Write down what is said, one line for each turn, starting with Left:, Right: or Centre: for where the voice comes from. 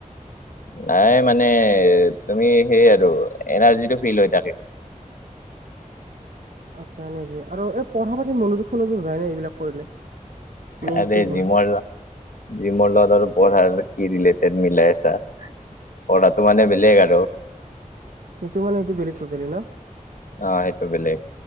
Left: নাই মানে তুমি সেই আৰু এনাৰ্জিটো ফিল হৈ থাকে।
Right: আচ্ছা <unintelligible> আৰু এই পঢ়া পাতিত মনোযোগ চনোযোগ যায় নে এইবিলাক কৰিলে। মানে ইণ্টাৰেষ্ট
Left: আৰে
Right: বহে
Left: জিমৰ, জিমৰ লগত আৰু পঢ়াৰ <unintelligible> কি ৰিলেটেড মিলাই আছা। পঢ়াটো মানে বেলেগ আৰু
Right: সেইটো মানে এইটো বেলেগ <unintelligible> ন?
Left: অ সেইটো বেলেগ